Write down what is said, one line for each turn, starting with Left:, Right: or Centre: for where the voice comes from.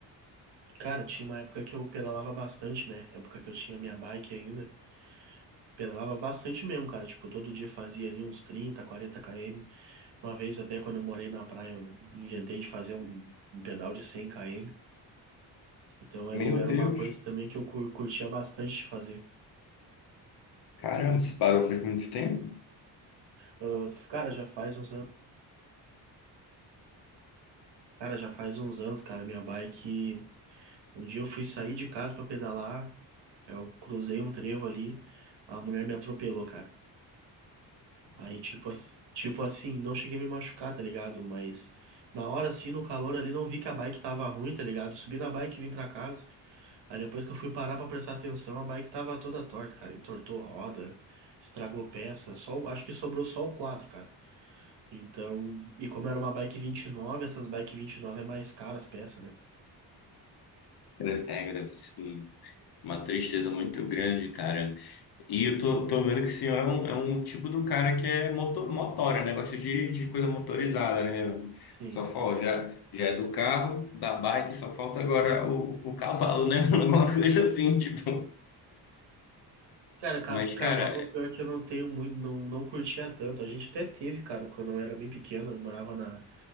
Right: Cara, tinha uma época que eu pedalava bastante, né? Época que eu tinha minha bike ainda. Pedalava bastante mesmo, cara. Tipo, todo dia fazia ali uns 30, 40 km. Uma vez até quando eu morei na praia, eu inventei de fazer um, um pedal de 100 km. Então era,
Left: Meu
Right: um- era
Left: Deus,
Right: uma coisa também que eu cur- curtia bastante de fazer.
Left: caramba, você parou faz muito tempo?
Right: Ah, cara, já faz uns anos. Cara, já faz uns anos, cara. Minha bike. Um dia eu fui sair de casa pra pedalar. Eu cruzei um trevo ali. A mulher me atropelou, cara. Aí, tipo, ass- tipo assim, não cheguei a me machucar, tá ligado? Mas na hora, assim, no calor ali, não vi que a bike tava ruim, tá ligado? Subi na bike e vim pra casa. Aí depois que eu fui parar pra prestar atenção, a bike tava toda torta, cara. Entortou roda, estragou peça. Só, o- acho que sobrou só o quadro, cara. Então, e como era uma bike vinte e nove essas bike 29 é mais caras as peças, né?
Left: Deve- É, deve ter sido um- uma tristeza muito grande, cara. E eu tô, tô vendo que o senhor é um, é um tipo do cara que é motor, motora, né? Gosta de, de coisa motorizada, né?
Right: Sim.
Left: Só falta, já, já é do carro, da bike, só falta agora o, o cavalo, né? <laughs> Alguma coisa assim, tipo.
Right: Cara, ca-
Left: Mas,
Right: cavalo,
Left: cara,
Right: pior que eu não tenho muito, não, não curtia tanto. A gente até teve, cara, quando eu era bem pequeno, eu morava na,